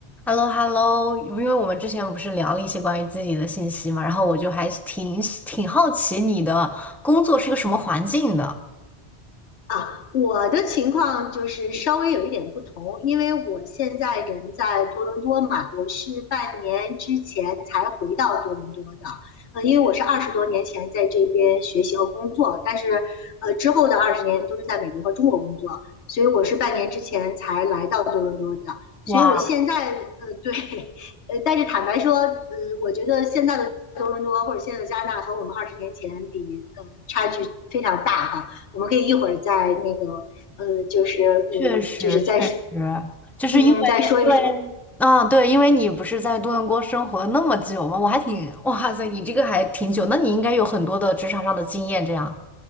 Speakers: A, in the centre; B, on the left.
A: h e l l o h e l l o 因为我们之前不是聊了一些关于自己的信息嘛，然后我就还挺挺好奇你的工作是个什么环境的。
B: 啊，我的情况就是稍微有一点不同，因为我现在人在多伦多嘛，我是半年之前才回到多伦多的。呃，因为我是二十多年前在这边学习和工作，但是呃之后的二十年都是在美国和中国工作，所以我是半年之前才来到多伦多的。所以我现在呃对，
A: 哇，
B: 呃，但是坦白说，呃，我觉得现在的多伦多或者现在的加拿大和我们二十年前比，呃，差距非常大哈。我们可以一会儿再那个，呃，就是呃，
A: 确实确实，
B: 就是再说
A: 就是因为因为，
B: 嗯再说一说。
A: 啊，对，因为你不是在多伦多生活了那么久嘛，我还挺，哇塞，你这个还挺久，那你应该有很多的职场上的经验，这样。